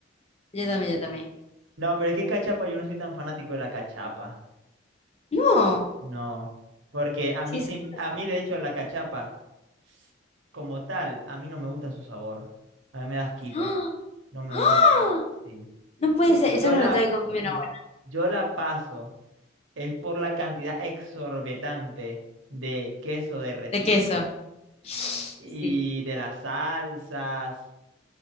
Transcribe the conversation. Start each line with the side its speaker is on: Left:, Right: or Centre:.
Left: Yo también, yo también.
Right: No, pero es que cachapa, yo no soy tan fanático de la cachapa.
Left: No,
Right: No, porque a
Left: sí,
Right: mí, sim-
Left: sorpresa.
Right: a mí de hecho la cachapa s- como tal, a mí no me gusta su sabor. A mí me da asquito.
Left: <gasps> ¡Ah!
Right: No me
Left: ¡Ah!
Right: gusta su sabor. Sí.
Left: No puede ser, eso
Right: Yo
Left: que
Right: la,
Left: no te había comido
Right: mm,
Left: una buena.
Right: yo la paso es por la cantidad exorbitante de queso derretido
Left: De queso, sí.
Right: y de las salsas.